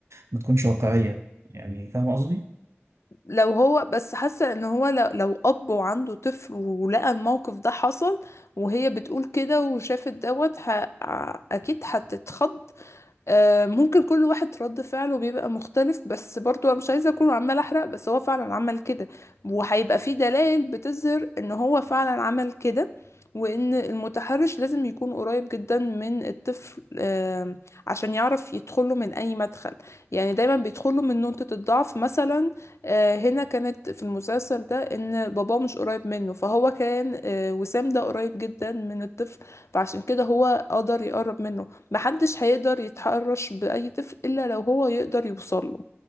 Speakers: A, on the right; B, on the left.
A: ما تكونش واقعية يعني فاهم قصدي؟
B: لو هو بس حاسه ان هو لو, لو اب وعنده طفل ولقى الموقف ده حصل وهي بتقول كده وشافت دوت ه... ع- اكيد هتتخض آه، ممكن كل واحد رد فعله بيبقى مختلف بس برضو انا مش عايزه اكون عمال احرق بس هو فعلا عمل كده وهيبقى في دلائل بتظهر ان هو فعلا عمل كده وان المتحرش لازم يكون قريب جدا من الطفل آم، عشان يعرف يدخله من اي مدخل يعني دايما بيدخله من نقطة الضعف مثلا آه، هنا كانت في المسلسل ده ان باباه مش قريب منه فهو كان آه، وسام ده قريب جدا من الطفل فعشان كده هو قدر يقرب منه محدش هيقدر يتحرش بأي طفل إلا لو هو يقدر يوصله